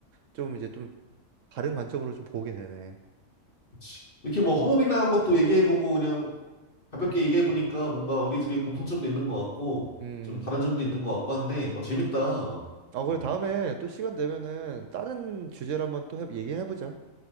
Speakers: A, on the right (about 70°); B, on the left (about 40°).
A: 좀 이제 좀 다른 관점으로 좀 보게 되네.
B: 그치. 이렇게 뭐 허무맹랑한 것도 얘기해보고 그냥 가볍게 얘기해보니까 뭔가 우리 둘이 공통점도 있는 것 같고
A: 음.
B: 좀 다른 점도 있는 것 같고 한데 어 재밌다.
A: 아, 그래,
B: 음.
A: 다음에 또 시간 되면은 다른 주제로 한번 또 해- 얘기를 해보자.